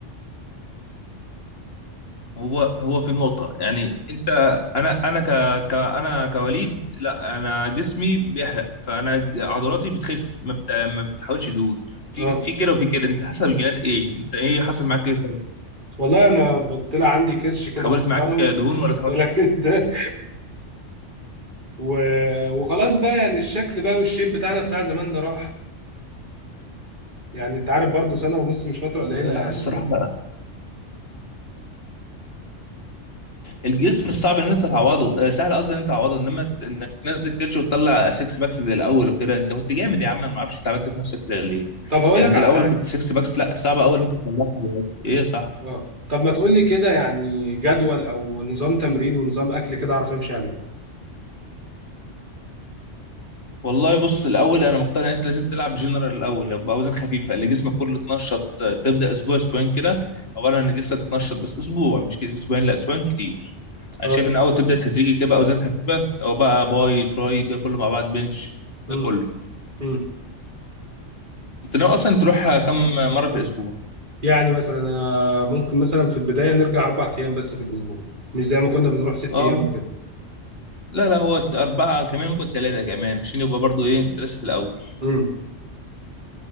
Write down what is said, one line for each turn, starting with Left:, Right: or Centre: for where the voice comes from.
Left: هو هو في نقطة يعني انت انا انا ك, ك انا كوليد لا انا جسمي بيحرق فانا عضلاتي بتخس ما, بت... ما بتحاولش دهون في
Right: اه
Left: في كده وفي كده انت حسب الجينات ايه انت ايه حصل معاك ايه طيب
Right: والله انا طلع عندي كرش كده
Left: اتحولت
Right: محترم
Left: معاك دهون
Right: واخد
Left: ولا اتحولت
Right: بالك انت <laughs> و... وخلاص بقى يعني الشكل بقى والشيب بتاعنا بتاع زمان ده راح يعني انت عارف برضو سنه ونص مش فتره
Left: آه،
Right: قليله
Left: لا
Right: يعني
Left: الصراحة لا الجسم صعب ان انت تعوضه آه، سهل قصدي ان انت تعوضه انما ت- انك تنزل كرش وتطلع سكس باكس زي الاول وكده انت كنت جامد يا عم انا ما اعرفش انت عملت في نفسك كده ليه
Right: طب هقول
Left: يعني
Right: لك
Left: انت
Right: على
Left: الاول
Right: حاجه
Left: كنت سكس باكس لا صعب قوي ان انت تطلعها دلوقتي. ايه يا صاحبي
Right: اه طب ما تقول لي كده يعني جدول او نظام تمرين ونظام اكل كده اعرف امشي عليه
Left: والله بص الاول انا مقتنع ان انت لازم تلعب جنرال الاول يبقى اوزان خفيفه اللي جسمك كله اتنشط تبدا اسبوع اسبوعين كده عباره عن ان جسمك اتنشط بس اسبوع مش كده اسبوعين لا اسبوعين كتير انا
Right: اه
Left: شايف ان اول تبدا تدريجي كده بقى اوزان خفيفه او بقى باي تراي ده كله مع بعض بنش
Right: امم
Left: ده كله
Right: امم
Left: انت ناوي اصلا تروح كم مره في الاسبوع
Right: يعني مثلا آه، ممكن مثلا في البدايه نرجع اربع ايام بس في الاسبوع مش زي ما كنا بنروح ست
Left: اه
Right: ايام كده
Left: لا لا هو اربعه كمان ممكن ثلاثه كمان عشان يبقى برضو ايه انت لسه في الاول
Right: امم